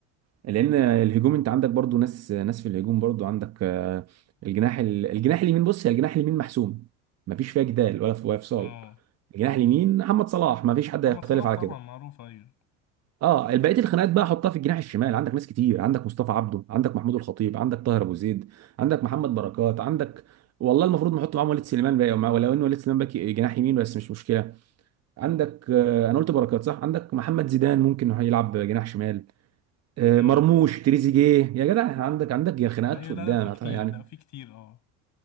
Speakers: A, on the right; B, on the left.
A: لان الهجوم انت عندك برضو ناس ناس في الهجوم برضو عندك آه، الجناح ال- الجناح اليمين بص يا الجناح اليمين محسوم مفيش فيها جدال ولا في- ولا فصال
B: اه
A: الجناح اليمين محمد صلاح مفيش حد
B: محمد
A: هيختلف
B: صلاح
A: على
B: طبعا
A: كده
B: معروف ايوه
A: اه بقيه الخناقات بقى حطها في الجناح الشمال عندك ناس كتير عندك مصطفى عبده عندك محمود الخطيب عندك طاهر ابو زيد عندك محمد بركات عندك والله المفروض نحط معاهم وليد سليمان بقى ومع- ولو ان وليد سليمان باك جناح يمين بس مش مشكله عندك آه، انا قلت بركات صح عندك محمد زيدان ممكن إنه يلعب جناح شمال آه،
B: امم
A: مرموش تريزيجيه يا جدع عندك عندك يا خناقات
B: ايوه
A: قدام
B: لا لا في كتير
A: هت- يعني
B: لا في كتير اه